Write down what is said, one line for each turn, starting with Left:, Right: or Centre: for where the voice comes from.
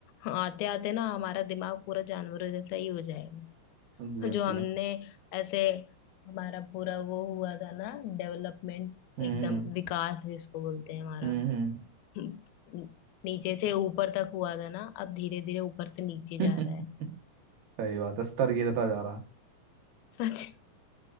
Left: आते आते ना हमारा दिमाग पूरा जानवरों जैसा ही हो जाएगा
Right: एग्जैक्टली
Left: जो हमने ऐसे हमारा पूरा वो हुआ था ना डेवलपमेंट
Right: हम्म
Left: एकदम विकास जिसको बोलते हैं हमारा
Right: हम्म
Left: हम्म, नीचे से ऊपर तक हुआ था ना अब धीरे धीरे ऊपर से नीचे
Right: हम्म। <laughs>
Left: जा रहा है
Right: सही बात है स्तर गिरता जा रहा है
Left: सच